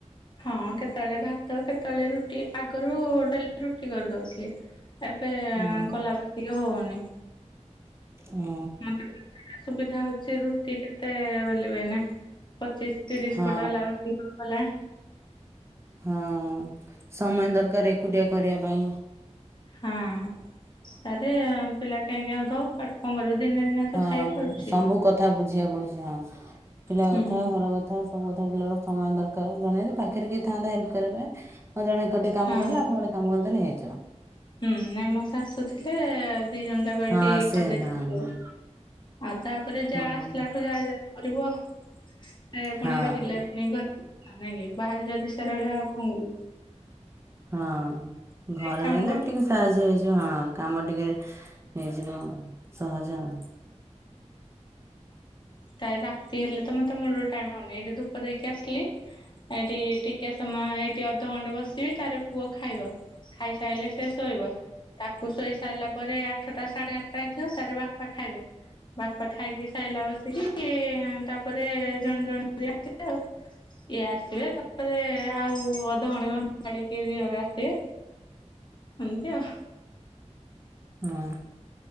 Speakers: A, on the left; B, on the right.
A: ହଁ କେତେବେଳେ ଭାତ କେତେବେଳେ ରୁଟି ଆଗରୁ ଡେଲି ରୁଟି କରିଦଉଥିଲି। ଏବେ
B: ଉଁ
A: କଲା ବାସ ହଉନି।
B: ଉଁ
A: ମତେ ସୁବିଧା ହଉଛି ରୁଟି କେତେ ବେଲିବ ଏଇନ। ପଚିଶି ତିରିଶ
B: ହଁ
A: ପଟ ଗଲା ବ କଣ କଲାଣି।
B: ହଁ ସମୟ ଦରକାର ଏକୁଟିଆ କରିବା ପାଇଁ।
A: ହଁ ତାରେ ପିଲା। କହିଁକ ଦଉ କଡ କଣ କରିବୁ ଦିନେ ଦିନେ
B: ହଁ
A: ତ ଥାଇ କରୁଛି।
B: ସବୁ କଥା ବୁଝିବାକୁ ପଡୁଛି ହଁ। ପିଲା
A: ହୁଁ
B: କଥା ଘର କଥା। ସବୁଧିଲ ବେଳେ ସମୟ ଦରକାର ଜଣ ପାଖରେ କେହି ଥାଆନ୍ତା ହେଲ୍ପ୍ କରିବା ପାଇଁ। ହଁ ଜଣେ ଟିକେ କାମ
A: ହଁ।
B: କରିଦେଲା ଆପଣେ ଗୋଟେ କାମ କରିଦେଲେ ହେଇଯିବ।
A: ହୁଁ ନାଇଁ ମୋ ଶାଶୁ ଥିଲେ ଦି ଜଣ ଯାକ ଏଇଠି
B: ହଁ ସେ
A: କରିଦେଇଥାନ୍ତୁ।
B: ହଁ ହଁ
A: ଆଉ ତାପରେ
B: ହଁ
A: ଯାହା ଆସିଲାଠୁ ଯାହା ଯାହା କରିବୁ ଆଉ। ସେ
B: ହଁ।
A: ପୁଣି ରହିଲେ ପୁଣି ଘରୋ ନାଇଁ କି ବାହାରେ ଯଦି ସେ ରହିବା ଆଉ କଣ କରିବୁ।
B: ହଁ ଘରେ
A: କାମ
B: ହେଲେ ଟିକେ ସାହାଯ୍ୟ ହେଇଛି। ଯ ହଁ କାମ ଟିକେ ହେଇଯିବ ସହଜ ଆ
A: ତା ରାତି ହେଲେ ତ ମତେ ମୂଳର ଟାଇମ ହଉନି ଏଠି ଧୂପ ଦେଇକି। ଆସିଲି ଏଠି ଟିକେ ସମୟ ଏଇଠି ଅଧଘଣ୍ଟେ ବସି। ବି ତାରେ ପୁଅ ଖାଇବ ଖାଇସାରିଲେ ସେ ସୋଇବ। ତାକୁ ଶୋଇ ସାରିଲା ପରେ ଆଠଟା ସାଢ଼େ ଆଠଟା ଥିବ ତାରେ ବାପା ଖାଇବେ। ବାପା ଖାଇକି ସାଇଲା ବେ ଖ ତାପରେ ଜଣେ ଜଣେ କରି ଆସିବେ ଆଉ। ଇଏ ଆସିବେ ତାପରେ ଆଉ ଅଧଘଣ୍ଟେ ଘଣ୍ଟେ ଛାଡିକି ଦିଅର ଆସିବେ। ଏମ୍ତି ଆଉ
B: ହୁଁ